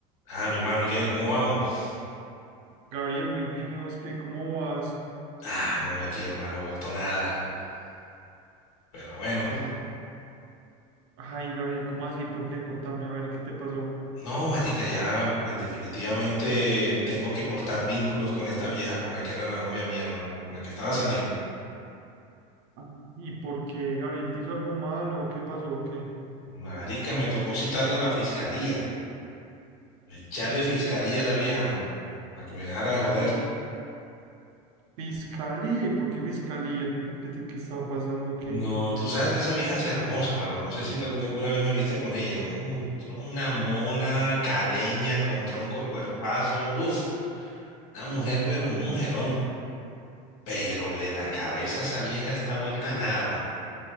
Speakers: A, on the left; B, on the right.
A: Ah, mi hermano, ¿y qué? ¿Cómo vamos?
B: Gabriel, muy bien. ¿Y vos qué? ¿Cómo vas?
A: Ah, no, me aquí, hermano, vuelto nada. Pero bueno,
B: ¿Cómo? Ay, Gabriel, ¿cómo así? ¿Por qué? Contame, a ver, ¿qué te pasó?
A: no, marica, ya, pues definitivamente tengo que cortar vínculos con esta vieja con la que era la novia mía, man, con la que estaba saliendo.
B: Ah, ¿Y por qué, Gabriel, te hizo algo malo? ¿Qué pasó? ¿O ¿Qué?
A: Marica, me tocó citarla a la fiscalía, echarle
B: Sí,
A: fiscalía a esa vieja, mano, para que me dejara de joder.
B: fisca- fiscalía. ¿Y por qué fiscalía? ¿Qué, qué, te- qué estaba pasando? ¿Qué?
A: No, tú sabes que esa vieja es hermosa, mano. No sé si tal- alguna vez me viste con ella. Un tro- una mona caleña con tronco a cuerpazo. Uf, una mujer, pero un mujerón, Pero de la
B: Ah,
A: cabeza esa vieja está vuelta a nada, man.